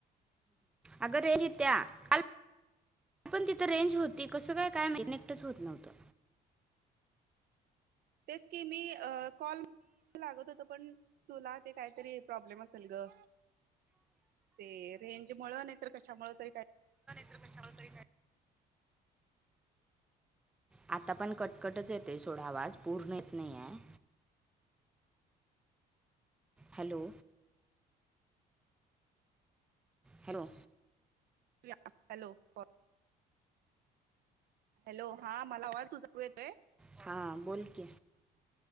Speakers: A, in the centre; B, on the right.
A: अग रेंज् येत्या. आपण तिथं. तिथं रेंज होती कसं काय काय माहीत नाही. कुठंच होत नव्हतं.
B: तेच की मी अ कॉल लागत होत पण तुला ते काहीतरी प्रॉब्लेम असेल ग ते रेंज मूळ नाहीतर कशा मूळ तरी काय
A: <unintelligible> आता पण कटकटच येतेय सोडा आवाज पूर्ण येत नाही ये. हॅलो हॅलो
B: काय हॅलो फ हॅलो हा मला आवाज तुझा तू येतोय
A: हां बोल की